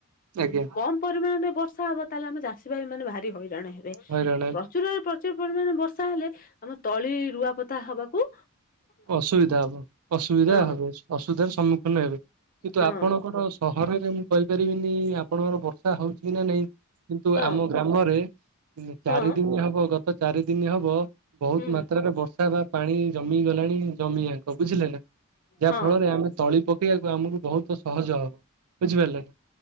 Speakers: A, on the left; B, on the right.
A: ଉ
B: ଆଜ୍ଞା
A: କମ ପରିମାଣରେ ବର୍ଷା ହବ, ତାହେଲେ ଆମ ଚାଷୀ ଭାଇ ମାନେ ଭାରି ହଇରାଣ ହେବେ।
B: ହଇରାଣ ହେବେ,
A: ପ୍ରଚୁର ପ୍ରଚୁର ପରିମାଣ ବର୍ଷା ହେଲେ, ଆମ ତଳି ରୁଆପତା ହବାକୁ
B: ଅସୁବିଧା ହବ ଅସୁବିଧା
A: ହଁ
B: ହବ ଅସୁବିଧାର ସମ୍ମୁଖୀନ ହେବେ। କିନ୍ତୁ
A: ହଁ
B: ଆପଣଙ୍କର ସହରରେ ମୁଁ କହିପାରିବିନି ଆପଣଙ୍କର ବର୍ଷା ହଉଛି କି ନା ନାଇଁ। କିନ୍ତୁ
A: ହଁ
B: ଆମ ଗ୍ରାମରେ ଉଁ
A: ହଁ
B: ଚାରି ଦିନ ହବ ଗତ ଚାରି ଦିନ ହବ ବହୁତ
A: ହୁଁ
B: ମାତ୍ରାରେ ବର୍ଷା ବା ପାଣି ଜମି ଗଲାଣି ଜମିଜାଙ୍କ ବୁଝିଲେ ନା, ଯାହା
A: ହଁ
B: ଫଳରେ ଆମେ ତଳି ପ କେଇବାକୁ ଆମକୁ ବହୁତ ସହଜ ହବ ବୁଝିପାରିଲେ ନା।